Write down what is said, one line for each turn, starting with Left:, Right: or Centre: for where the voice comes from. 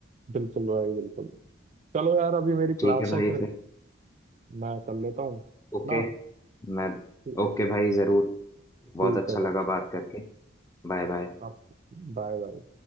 Right: बिल्कुल भाई बिल्कुल चलो यार अभी मेरी
Left: ठीक
Right: क्लास
Left: है भाई
Right: है फिर
Left: फिर
Right: मैं कर लेता हूँ
Left: ओके
Right: ना
Left: मैं
Right: ठीक
Left: ओके भाई जरूर बहुत
Right: ठीक
Left: अच्छा
Right: है
Left: लगा
Right: भाई
Left: बात करके Bye bye
Right: आप बाय बाय